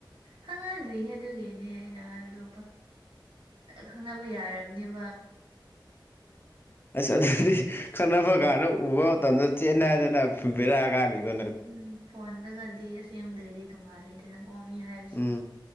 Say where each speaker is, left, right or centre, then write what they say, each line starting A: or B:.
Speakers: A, on the right (about 80°); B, on the left (about 25°).
A: ꯈꯪꯅꯗ꯭ꯔꯤꯌꯦꯦ ꯑꯗꯨꯒꯤꯅꯦ ꯑꯩꯅ ꯍꯥꯏꯕꯗꯣ ꯈꯪꯅꯕ ꯌꯥꯔꯕꯅꯦꯕ
B: ꯑꯁ ꯑꯗꯨꯗꯤ ꯈꯠꯅꯕ ꯀꯥꯟꯗ ꯎꯕ ꯃꯇꯝꯗ ꯆꯦꯟꯠ ꯅꯥꯏꯗꯅ ꯐꯕꯤꯔꯛꯑ ꯀꯥꯟꯅꯤꯀꯣ
A: ꯎꯝ ꯐꯣꯟꯗꯒꯗꯤ ꯑꯁꯦꯡꯕꯗꯒꯤꯗꯤ ꯇꯣꯡꯉꯥꯂꯦꯗꯅꯀꯣ ꯃꯤ ꯍꯥꯏ
B: ꯎꯝ